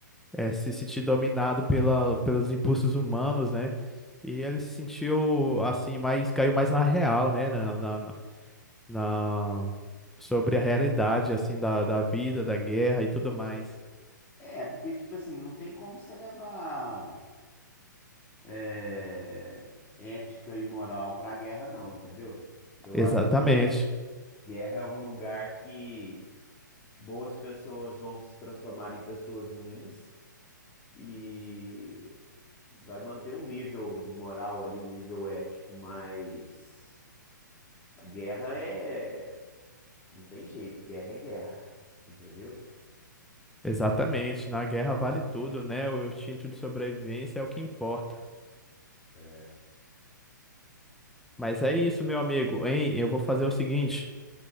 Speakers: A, in the centre; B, on the left (about 20°).
A: é, se sentir dominado pela, pelos impulsos humanos, né? E ele se sentiu assim, mais, caiu mais na real, né? Na, na, na, na- sobre a realidade, assim, da, da vida, da guerra e tudo mais.
B: É, porque, tipo assim, não tem como você levar. é, ética e moral para a guerra, não, entendeu? Eu
A: Exatamente.
B: acho que guerra é um lugar que boas pessoas vão se transformar em pessoas ruins e vai manter um nível de moral ali, um nível ético, mas a guerra é. Não tem jeito, guerra é guerra, entendeu?
A: Exatamente, na guerra
B: Guerra
A: vale
B: é guerra.
A: tudo, né? O instinto de sobrevivência é o que importa.
B: É.
A: Mas é isso, meu amigo, hein? Eu vou fazer o seguinte: